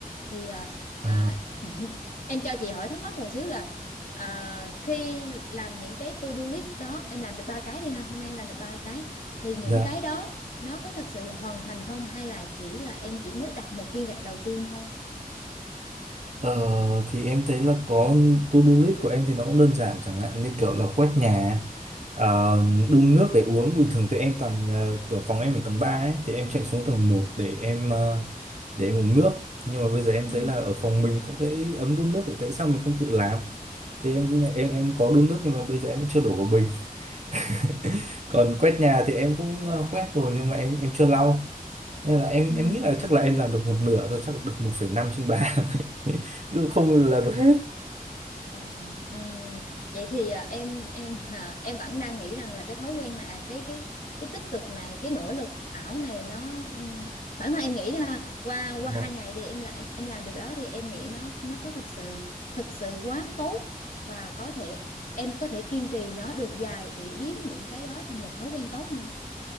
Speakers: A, on the left; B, on the right.
A: thì ờ,
B: Ờ,
A: à, <laughs> em cho chị hỏi thắc mắc một xíu là à, khi làm những cái to do list đó em làm được ba cái đi ha hôm nay em làm được ba cái thì những
B: dạ
A: cái đó nó có thực sự là hoàn thành không hay là chỉ là em chỉ mới đặt một viên gạch đầu tiên thôi
B: ờ, thì em thấy là có to-do list của em thì nó cũng đơn giản chẳng hạn như kiểu là quét nhà ờ, đun nước để uống bình thường thì em toàn ờ, kiểu phòng em ở tầng 3 ấy thì em chạy xuống tầng một để em ờ, để em uống nước nhưng mà bây giờ em
A: ừ
B: thấy là ở phòng mình có cái ấm đun nước thì tại sao mình không tự làm thì em em em có đun nước nhưng mà bây giờ em chưa đổ vào bình <laughs> còn quét nhà thì em cũng ờ, quét rồi nhưng mà em em chưa lau nên là em
A: Ừ,
B: em nghĩ là chắc là em làm được một nửa thôi chắc được một phẩy năm trên ba <laughs> chứ không là được hết
A: ờ, ừ. Vậy thì à, em em hà, em vẫn đang nghĩ rằng là cái thói quen này à, cái cái cái tích cực này cái nỗ lực ảo này nó ừ, bản thân em nghĩ là qua
B: Dạ.
A: qua hai ngày đi em là em, em làm được đó thì em nghĩ nó nó có thực sự thực sự quá tốt và có thể em có thể kiên trì nó được dài để biến những cái đó thành một thói quen tốt không?